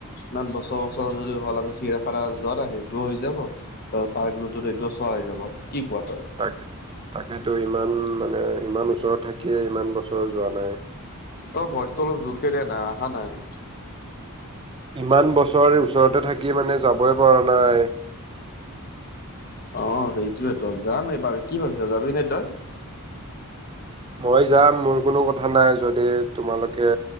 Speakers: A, on the left (about 45°); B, on the right (about 25°).
A: ইমান বছৰ বছৰ ধৰি হ'ল আমি চিৰিয়াখানা যোৱা সেইটোও হৈ যাব। ত' পাৰ্ক নতুন সেইটোও চোৱা হৈ যাব। কি কোৱা তই?
B: তাক তাকেতো ইমান মানে ইমান ওচৰত থাকিয়ে ইমান বছৰ যোৱা নাই।
A: তই ভইচটো অলপ জোৰকে দিয়া না আহা নাই।
B: ইমান বছৰে ওচৰতে থাকি মানে যাবই পৰা নাই।
A: অঁ সেইটোৱেটো যাম এইবাৰ কি ভাবিছ যাবি নে তই?
B: মই যাম মোৰ কোনো কথা নাই যদি তোমালোকে